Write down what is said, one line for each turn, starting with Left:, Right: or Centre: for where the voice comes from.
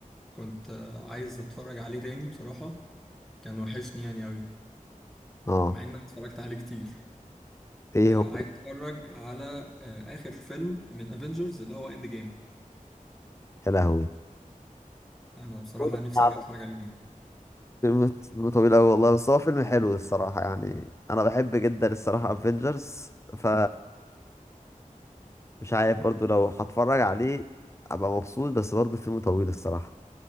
Centre: كنت آه، عايز اتفرج عليه تاني بصراحة كان وحشني يعني قوي
Left: اه
Centre: مع ان انا اتفرجت عليه كتير
Left: ايه
Centre: آه،
Left: هو
Centre: عايز اتفرج على آه، اخر فيلم من افنجرز اللي هو اند جيم
Left: يا لهوي
Centre: انا بصراحة
Left: هو ده
Centre: نفسي
Left: الصعب.
Centre: ارجع اتفرج عليه تاني
Left: فيلم فيلم طويل قوي والله بس هو فيلم حلو الصراحة يعني انا بحب جدا الصراحة افنجرز ف مش عارف برضو لو هتفرج عليه ابقى مبسوط بس برضو فيلم طويل الصراحة